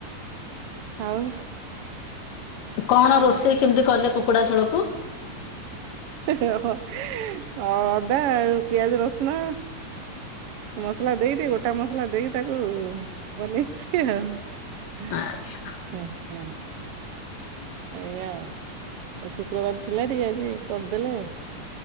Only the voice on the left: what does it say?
କଣ
ରୋଷେଇ କେମିତି କଲେ କୁକୁଡା ଛୋଳକୁ?
ଆଚ୍ଛା